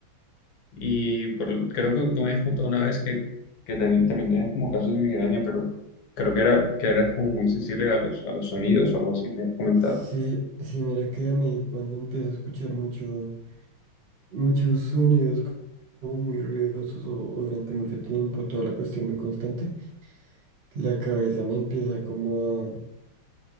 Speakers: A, on the left; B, on the right.
A: y por- creo que tú me habías contado una vez que, que también, también tienes como casos de migraña, pero creo que era, que eras como muy sensible a los, a los sonidos o algo así, me habías comentado.
B: sí, sí, mira que a mí cuando empiezo a escuchar mucho, muchos sonidos como muy ruidosos o, o durante mucho tiempo, toda la cuestión muy constante, la cabeza me empieza como a